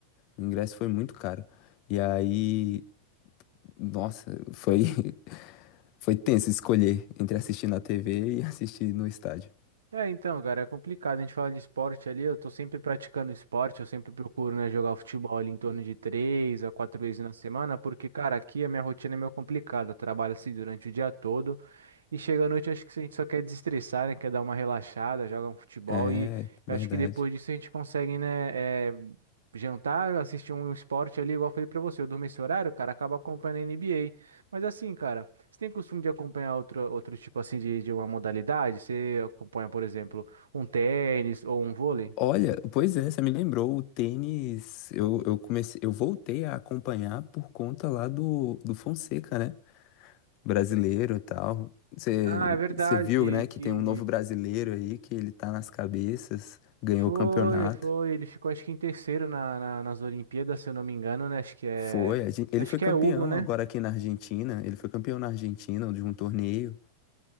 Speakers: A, on the left (about 45°); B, on the right (about 70°).
A: O ingresso foi muito caro. E aí, nossa, foi, <laughs> foi tenso escolher entre assistir na TV e assistir no estádio.
B: É, então, cara, é complicado. A gente fala de esporte ali, eu tô sempre praticando esporte, eu sempre procuro, né, jogar futebol ali em torno de três a quatro vezes na semana, porque, cara, aqui a minha rotina é meio complicada. Eu trabalho assim durante o dia todo e chega à noite, acho que a gente só quer desestressar, né, quer dar uma relaxada, joga um futebol
A: É,
B: e eu
A: verdade.
B: acho que depois disso a gente consegue, né, é, jantar, assistir um esporte ali, igual eu falei pra você. Eu durmo esse horário, cara, acaba acompanhando a NBA. Mas assim, cara. Você tem costume de acompanhar outro, outro tipo assim de, de uma modalidade? Você acompanha, por exemplo, um tênis ou um vôlei?
A: Olha, pois é, você me lembrou, o tênis, eu, eu comecei, eu voltei a acompanhar por conta lá do, do Fonseca, né? Brasileiro e tal. Você,
B: Ah, é verdade
A: você viu,
B: que,
A: né,
B: que
A: que tem um novo brasileiro aí, que ele tá nas cabeças, ganhou
B: foi,
A: o campeonato.
B: foi. Ele ficou acho que em terceiro na, na- nas Olimpíadas, se eu não me engano, né? Acho que é,
A: Foi, a gen- ele
B: acho
A: foi
B: que
A: campeão
B: é Hugo, né?
A: agora aqui na Argentina, ele foi campeão na Argentina de um torneio.